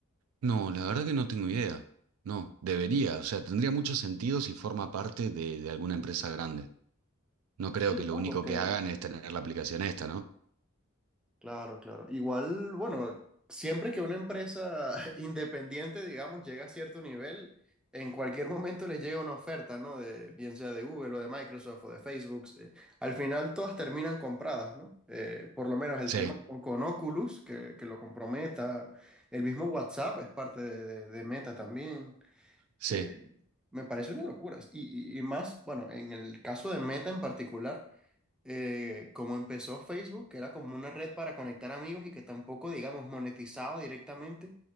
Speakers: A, on the right; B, in the centre.
A: No, la verdad que no tengo idea. No, debería, o sea, tendría mucho sentido si forma parte de, de alguna empresa grande. No creo
B: Sí,
A: que lo
B: ¿no?
A: único
B: Porque
A: que hagan es tener la aplicación esta, ¿no?
B: Claro, claro. Igual, bueno, siempre que una empresa <laughs> independiente, digamos, llega a cierto nivel, en cualquier momento les llega una oferta, ¿no? De, bien sea de Google o de Microsoft o de Facebook. eh, al final todas terminan compradas, ¿no? Eh, por lo menos el
A: Sí,
B: tema con, con Oculus, que, que lo comprometa. El mismo WhatsApp es parte de, de- de Meta también.
A: sí,
B: Eh, me parece una locura. Y, y y más, bueno, en el caso de Meta en particular eh, como empezó Facebook, que era como una red para conectar amigos y que tampoco, digamos, monetizaba directamente,